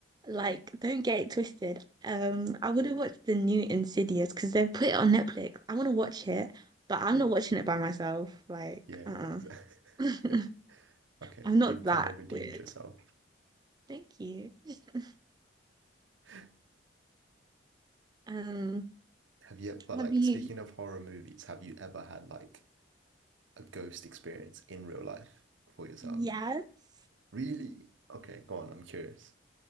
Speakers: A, on the right; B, on the right.
A: Like, don't get it twisted. Um, I would have watched the new Insidious because they've put it on Netflix. I want to watch it, but I'm
B: Yeah.
A: not watching it by myself. Like,
B: Yeah,
A: uh-uh.
B: exactly. <laughs>
A: <laughs>
B: Okay.
A: I'm not
B: You've
A: that
B: kind of redeemed
A: weird.
B: yourself.
A: Thank you. <laughs>
B: <laughs> Have
A: Um,
B: you, but
A: have
B: like
A: you?
B: speaking of horror movies, have you ever had like a ghost experience in real life for yourself?
A: Yes.
B: Really? Okay, go on. I'm curious.